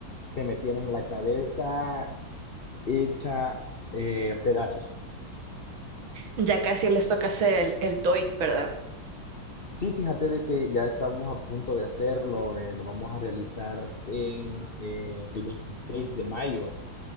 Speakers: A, on the left; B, on the right.
A: que me tienen la cabeza hecha eh, pedazos.
B: Ya casi les toca hacer el, el TOEIC, ¿verdad?
A: Sí, fíjate de que ya estamos a punto de hacerlo. eh, lo vamos a realizar en eh, el 26 de mayo.